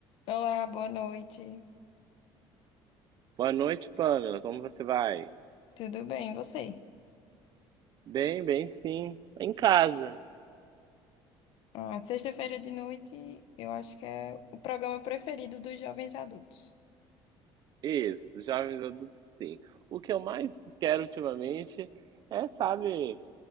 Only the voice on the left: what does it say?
Olá, boa noite.
Tudo bem, e você?
Ah, sexta-feira de noite, eu acho que é o programa preferido dos jovens adultos.